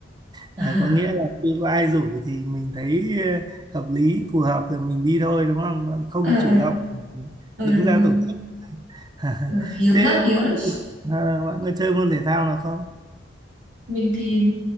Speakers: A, on the right; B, on the right.
A: À,
B: <laughs>
A: có nghĩa là khi có ai rủ thì mình thấy ờ, hợp lý, phù hợp rồi mình đi thôi đúng không? Ờ, Không
B: ờ ờ
A: chủ động
B: ờ
A: đứng
B: đúng
A: ra
B: đúng
A: tổ
B: đúng
A: chức. <laughs>
B: ờ, hiếm
A: Thế
B: lắm hiếm
A: bạn
B: lắm
A: à, bạn có chơi môn thể thao nào không?
B: mình thì